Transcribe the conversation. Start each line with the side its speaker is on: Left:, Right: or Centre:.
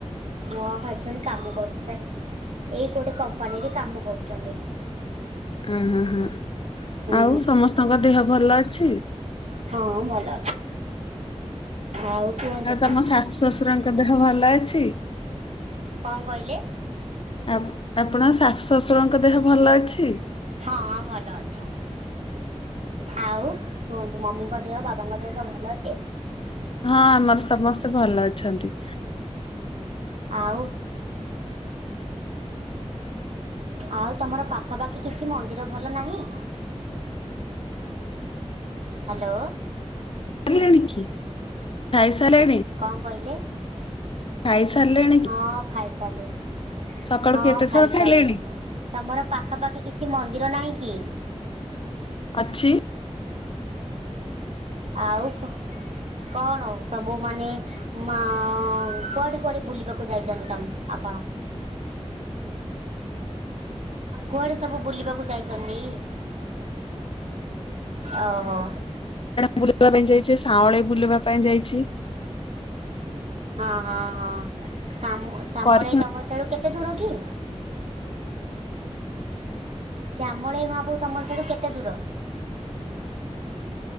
Right: ମୋ ହଜବେଣ୍ଡ କାମ କରୁଛନ୍ତି ଏଇ ଗୋଟେ କମ୍ପାନୀରେ କାମ କରୁଛନ୍ତି।
Left: ଅ ହ ହ
Right: ହୁଁ।
Left: ଆଉ ସମସ୍ତଙ୍କ ଦେହ ଭଲ ଅଛି?
Right: ହଁ ଭଲ ଅଛି ଆଉ କୁହନ୍ତୁ?
Left: ଆଉ ତମ ଶାଶୁ ଶଶୁରଙ୍କ ଦେହ ଭଲ ଅଛି?
Right: କଣ କହିଲେ?
Left: ଆଉ ଆପଣଙ୍କ ଶାଶୁ ଶଶୁରଙ୍କ ଦେହ ଭଲ ଅଛି?
Right: ହଁ ଭଲ ଅଛି। ଆଉ କୁହନ୍ତୁ ମମିଙ୍କ ଦେହ ବାବାଙ୍କ ଦେହ ସବୁ ଭଲ ଅଛି?
Left: ହଁ ଆମର ସମସ୍ତେ ଭଲ ଅଛନ୍ତି।
Right: ଆଉ ଆଉ ତମର ପାଖାପାଖି କିଛି ମନ୍ଦିର ଭଲ ନାହିଁ? ହ୍ୟାଲୋ।
Left: <inaudible> ଖାଇସାରି ଲେଣି?
Right: କଣ କହିଲେ?
Left: ଖାଇସାରି ଲେଣି?
Right: ହଁ ଖାଇସାରିଲିଣି
Left: ସକାଳୁ
Right: ହଁ
Left: କେତେ
Right: ଖାଇସାରିଲିଣି।
Left: ଥର ଖାଇଲେଣି
Right: ତମର ପାଖା ପାାଖି କିଛି ମନ୍ଦିର ନାହିଁ କି?
Left: ଅଛି।
Right: ଆଉ କଣ ସବୁ ମାନେ କୁଆଡେ କୁଆଡେ ବୁଲି ଯିବାକୁ ଯାଇଛନ୍ତି ତମେ ଆପଣ? କୁଆଡେ ସବୁ ବୁଲିବାକୁ ଯାଇଛନ୍ତି? ଓହୋ
Left: ବୁଲିବା ପାଇଁ ଯାଇଛି ସାଁଊଳି ବୁଲିବା ପାଇଁ ଯାଇଛି
Right: ହଁ ହଁ ହଁ ଶ୍ୟାମଳ
Left: କରି
Right: ତମ ସିଆଡୁ କେତେ ଦୂର କି? ଶ୍ୟାମଳେଇ ମାହପୁର ତମର ସିଆଡୁ କେତେ ଦୂର?